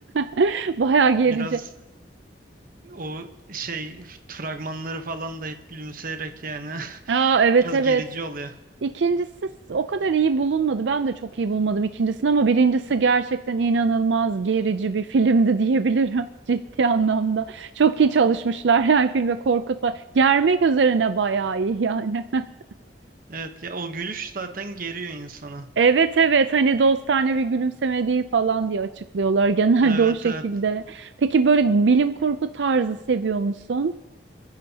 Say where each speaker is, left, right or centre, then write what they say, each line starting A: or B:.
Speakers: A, on the right; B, on the right.
A: <laughs> Bayağı gerici.
B: biraz o şey fragmanları falan da hep gülümseyerek yani <laughs>
A: Aa, evet
B: biraz
A: evet.
B: gerici oluyor.
A: İkincisi o kadar iyi bulunmadı. Ben de çok iyi bulmadım ikincisini ama birincisi gerçekten inanılmaz gerici bir filmdi diyebilirim <laughs> ciddi anlamda. Çok iyi çalışmışlar yani filme korkutma. Germek üzerine bayağı iyi yani. <laughs>
B: Evet ya o gülüş zaten geriyor insana.
A: Evet evet hani dostane bir gülümseme değil falan diye açıklıyorlar genelde
B: Evet
A: o şekilde.
B: evet.
A: Peki böyle bilim kurgu tarzı seviyor musun?